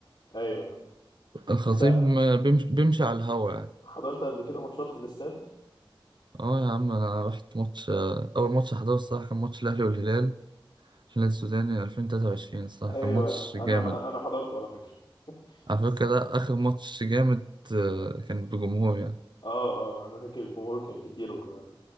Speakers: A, on the left; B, on the right.
A: أيوه
B: الخطيب
A: أنت
B: ما بيمشي, بيمشي على الهوا يعني
A: حضرت قبل كده ماتشات في الاستاد؟
B: اه يا عم انا رحت ماتش آه، اول ماتش حضره الصراحه كان ماتش الاهلي والهلال الهلال السوداني 2023 الصراحه
A: ايوه
B: كان ماتش جامد
A: انا انا حضرته على فكره <laughs>
B: على فكره ده اخر ماتش جامد آه، كان بجمهور يعني
A: اه اه انا فاكر الجمهور كان كتير وكان